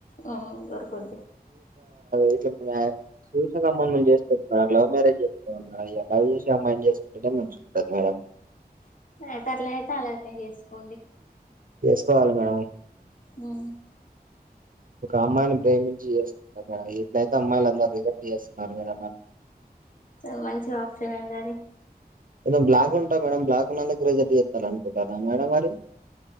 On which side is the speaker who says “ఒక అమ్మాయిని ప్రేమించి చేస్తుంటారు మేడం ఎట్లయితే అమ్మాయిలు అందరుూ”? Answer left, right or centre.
Right